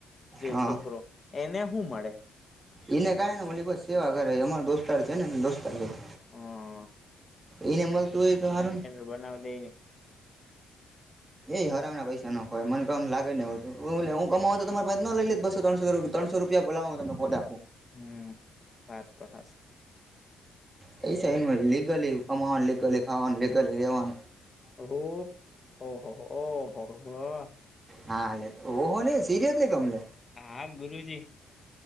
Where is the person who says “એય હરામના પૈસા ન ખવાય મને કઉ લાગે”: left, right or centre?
Right